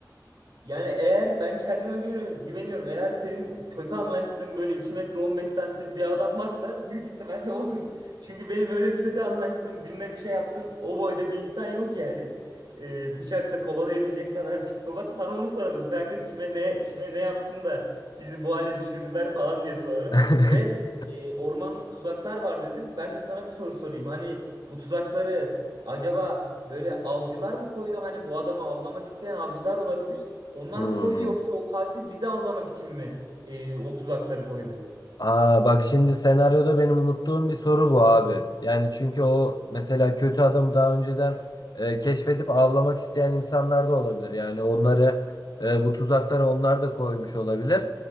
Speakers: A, on the right; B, on the left.
A: Yani eğer ben kendime güveniyorum, güveniyorum. Eğer senin kötü anlaştığın böyle 2 metre 15 santim bir adam varsa büyük ihtimalle odur. Çünkü benim öyle kötü anlaştığım birine bir şey yaptığım o boyda bir insan yok yani. Ee, bıçakla kovalayabilecek kadar psikopat. Sana onu sorarım kanka kime ne kime ne yaptın da bizi bu hale düşürdüler falan diye sorarım.
B: <laughs>
A: Ve e, ormanda tuzaklar var dedin. Ben de sana bir soru sorayım. Hani bu tuzakları acaba böyle avcılar mı koydu? Hani bu adamı avlamak isteyen avcılar olabilir. Onlar
B: Hmm.
A: mı koydu yoksa o katil bizi avlamak için mi e, o tuzakları koydu?
B: Aa bak şimdi senaryoda benim unuttuğum bir soru bu abi. Yani çünkü o mesela kötü adamı daha önceden e, keşfedip avlamak isteyen insanlar da olabilir. Yani onları e, bu tuzakları onlar da koymuş olabilir.